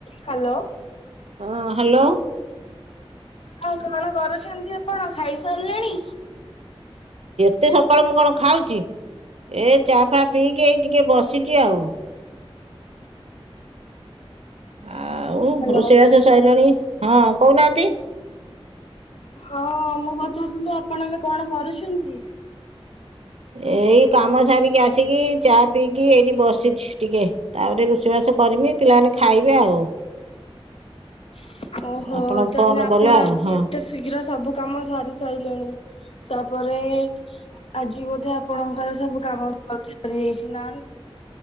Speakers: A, on the left; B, on the right.
A: Hello.
B: ହଁ hello.
A: ଆଉ କଣ କରୁଛନ୍ତି ଆପଣ? ଖାଇ ସାରିଲେଣି?
B: ଏତେ ସକାଳୁ ମୁଁ କଣ ଖାଉଛି? ଏ ଚା ଫା ପିଇକି ଏଇ ଟିକେ ବସିଛି ଆଉ ଆଉ,
A: ହ୍ୟାଲୋ।
B: ରୋଷେଇବାସ ସାରିଲାଣି? ହଁ କହୁନାହାନ୍ତି।
A: ହଁ ମୁଁ ପଚାରୁଥିଲି ଆପଣ ଏବେ କଣ କରୁଛନ୍ତି?
B: ଏଇ କାମ ସାରିକି ଆସିକି ଚା ପିଇକି ଏଇଠି ବସିଛି ଟିକେ ତାପରେ ରୋଷେଇବାସ କରମି, ପିଲାମାନେ ଖାଇବେ ଆଉ
A: ହଁ <unintelligible> ଓହୋ,
B: ଆପଣ
A: ତାହେଲେ
B: ଫୋନ
A: ଆପଣ
B: କଲେ ଆଉ
A: ଆଜି
B: ହଁ
A: ଏତେ ଶୀଘ୍ର ସବୁ କାମ ସାରି ସାରିଲେଣି, ତାପରେ ଆଜି ବୋଧେ ଆପଣଙ୍କର ସବୁ କାମ ଜି ସରି ଯାଇଛି ନା